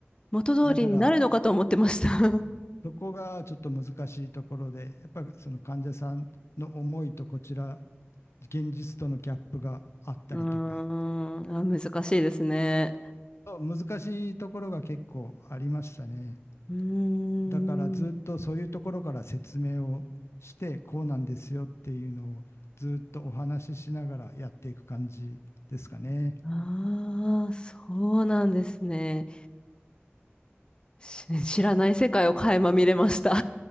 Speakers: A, on the left; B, on the left.
A: 元通りになるのかと思ってました。
B: だからそこがちょっと難しいところで、やっぱりその患者さんの思いとこちら、現実とのギャップがあったりとか、
A: うーん、あ、難しいですね。
B: 難しいところが結構ありましたね。
A: うーん。
B: だからずっとそういうところから説明をして、こうなんですよっていうのをずっとお話ししながらやっていく感じですかね。
A: ああ、そうなんですね。し知らない世界を垣間見れました。